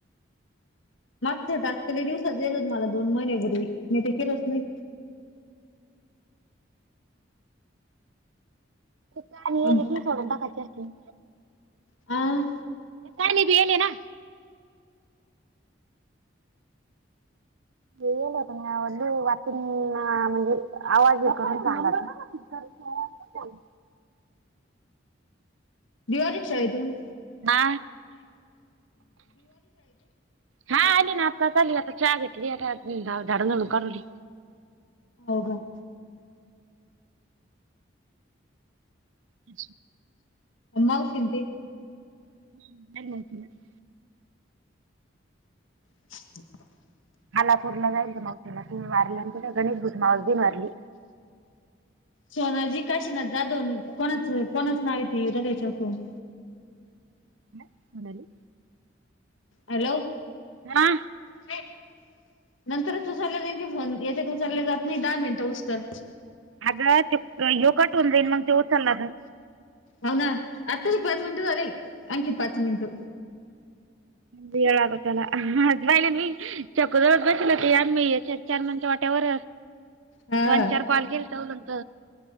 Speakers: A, on the left; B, on the right.
A: मागजले दिवसच येईलोत मला दोन महिन्यापूर्वी म ते केलंच नाही
B: काणीले
A: अम,
B: की सोण टकाचे असतील
A: आ,
B: ख बीले ना येल होता म व वाचन म्हणजे आवाज येतो सांग <inaudible>
A: देव आली का शाळेतून.
B: हा हा आली ना आत्ता चाली आता चहा घेतली आता झाड जोडून राहिली
A: हो का.
B: अ.
A: मावशी न ते.
B: <inaudible>
A: <inaudible>
B: हालापूरला जाईलच मगतीला तुम्ही मारल्यानंत गणेश भूज मावजन मारली.
A: सोनजी काशीनाथ जाधव दवन कोणाच कोणाच नाव ताच्याून.
B: ह म्हणाली
A: हॅलो.
B: हा.
A: का. नंतरच तू चाला जाईनी फोन याच्यात चालले जात नाही दहा मिनिटं उस्तर.
B: अगं यो काटऊून जाईन मग तेव चालला.
A: हो ना आत्ताची पाच मिनिटं झाले आणखी पाच मिनिटं
B: वेळ लागतलाहिला मी चक जवळ बसल ते म याच्या चार म्हण वाटेवर
A: हा
B: दोन चार कॉल गेल तरलत